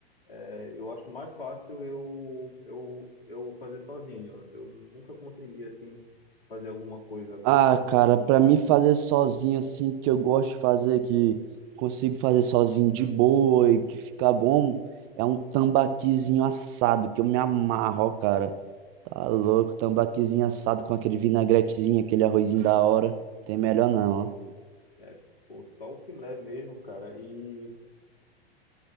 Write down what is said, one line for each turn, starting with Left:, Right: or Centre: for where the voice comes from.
Left: É, eu acho mais fácil eu, eu, eu fazer sozinho. Eu nunca consegui assim fazer alguma coisa com,
Right: Ah,
Left: com,
Right: cara,
Left: com
Right: pra
Left: a
Right: mim
Left: minha.
Right: fazer sozinho assim, que eu gosto de fazer, que consigo fazer sozinho de boa e que fica bom, é um tambaquizinho assado, que eu me amarro, ó, cara. Tá louco, tambaquizinho assado com aquele vinagretezinho, aquele arrozinho da hora. Tem melhor não, ó.
Left: É, pô, só o filé mesmo, cara. E,